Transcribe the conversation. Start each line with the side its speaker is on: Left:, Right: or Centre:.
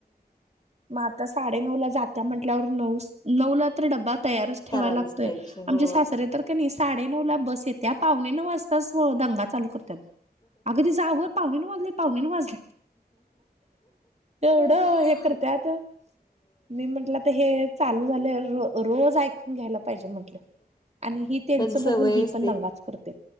Right: मग आता साडेनऊ ला जात्या म्हटल्यावर नऊ नऊ ला तर डब्बा तयारच ठेवायला
Left: करायलाच
Right: लागतोय
Left: पाहिजे
Right: आमचे
Left: होय.
Right: सासरे तर का नाही साडे नऊ ला बस येत. त्या पावणे नऊ वाजता दंगा चालू करतात अगदी जा पाणे नऊ वाज पाहणे ना माजले एवढं
Left: होय.
Right: हे करतत. मी म्हंटलं तर हे चालू झाले रोज ऐकून घ्यायला पाहिजे म्हंटलं. आणि ही त्यांच
Left: त्यांची
Right: बघून
Left: सवयच
Right: ही पण
Left: ती
Right: नंगाच करते